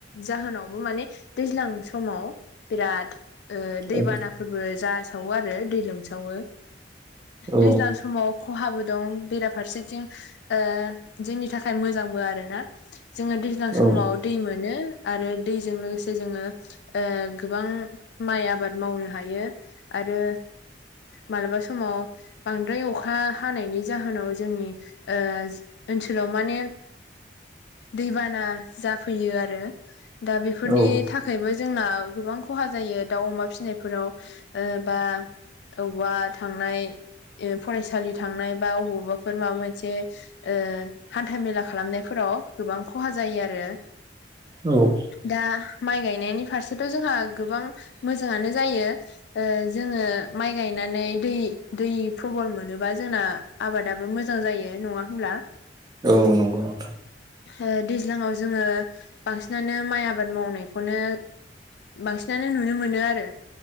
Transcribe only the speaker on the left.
जाहोनावबो माने दैज्लां समाव बिराद ओ दैबानाफोरबो
जासावो आरो दै लोमसावो
दैज्लां समाव खहाबो दं बेराफारसेथिं ओ जोंनि थाखाय मोजांबो आरोना जोङो समाव
दै मोनो आरो दैजों लोगोसे जोङो ओ गोबां माइ आबाद मावनो हायो। आरो मालाबा समाव बांद्राय अखा हानायनि जाहोनाव जोंनि ओ ओनसोलाव माने दैबाना जाफैयो आरो। दा बेफोरनि
थाखाय थाखायबो जोंना गोबां खहा जायो दाउ अमा फिसिनायफोराव। ओ बा वबावबा थांनाय फरायसालि थांनाय। बा अबावबाफोर माबा मोनसे ओ हान्था मेला खालामनायफोराव गोबां खहा जायो आरो।
दा माइ गायनायनि फारसेथ' जोंहा गोबां मोजाङानो जायो। ओ जोङो माइ गायनानै दै दै प्रबल मोनोबा जोंना आबादाबो मोजां जायो। नङा होमब्ला?
ओ दैज्लाङाव जोङो बांसिनानो माइ आबाद मावनायखौनो बांसिनानो नुनो मोनो आरो।